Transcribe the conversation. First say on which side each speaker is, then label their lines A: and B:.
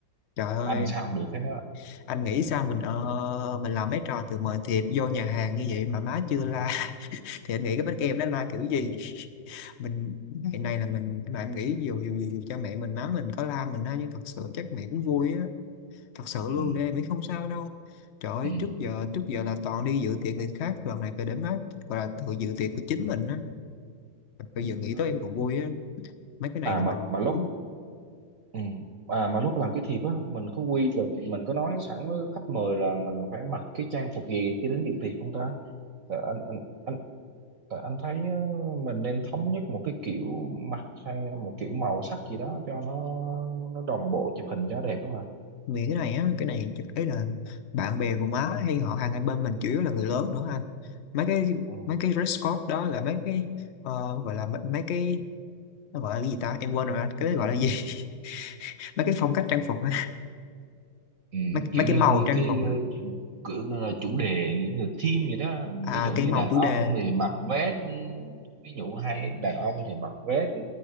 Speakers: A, on the left; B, on the right.
A: trời ơi
B: anh sao không được hết đó
A: anh nghĩ sao mình ờ, mình làm mấy trò từ mời thiệp vô nhà hàng như vậy mà má chưa la <laughs> thì anh nghĩ cái bánh kem nó la kiểu gì <laughs> mình ngày này là mình mà em nghĩ dù dù dù cha mẹ mình má mình có la mình á nhưng thật sự chắc mẹ cũng vui á thật sự
B: ừ,
A: luôn để em nghĩ không sao đâu trời ơi,
B: ừ.
A: trước giờ trước giờ là toàn đi dự tiệc người khác lần này phải để má gọi là tự dự tiệc của chính mình á bây giờ nghĩ
B: À,
A: tới em còn vui á mấy cái này
B: à
A: là
B: mà
A: mình
B: mà lúc
A: ừ,
B: ừ. à mà lúc làm cái thiệp á mình có quy định mình có nói sẵn với khách mời là mình phải mặc cái trang phục gì khi đến dự tiệc không ta Tại anh anh anh tại anh thấy ờ, mình nên thống nhất một cái kiểu mặt hay một kiểu màu sắc gì đó cho nó nó, nó đồng bộ chụp hình cho đẹp đó mà
A: nghĩ cái này á cái này chắc- ấy là bạn bè của má hay họ hàng hai bên mình chủ yếu là người lớn nữa anh mấy cái
B: ừ.
A: mấy cái dress code đó là mấy cái ờ, gọi là mấy, mấy cái nó gọi là cái gì ta em quên rồi anh cái đấy gọi là gì <laughs> mấy cái phong cách trang phục á
B: ừ,
A: mấy, mấy
B: kiểu
A: cái
B: như,
A: màu
B: như
A: trang
B: cái
A: phục á.
B: ờ, cử, ờ, chủ đề như là theme vậy đó
A: à
B: ví dụ
A: cái
B: như
A: màu
B: đàn
A: chủ
B: ông
A: đề
B: thì mặc vest ừ, ví dụ hay đàn ông thì mặc vest ừ,